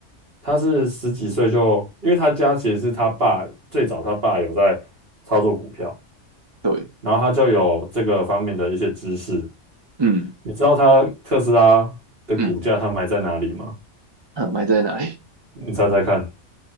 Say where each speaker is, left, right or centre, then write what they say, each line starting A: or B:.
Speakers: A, on the right; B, on the right.
A: 他是十几岁就，因为他家其实是他爸最早他爸有在操作股票，
B: 对，
A: 然后他就有这个方面的一些知识。
B: 嗯
A: 你知道他特斯拉的股价他买在哪里吗？
B: 嗯，啊，买在哪里？
A: 你猜猜看，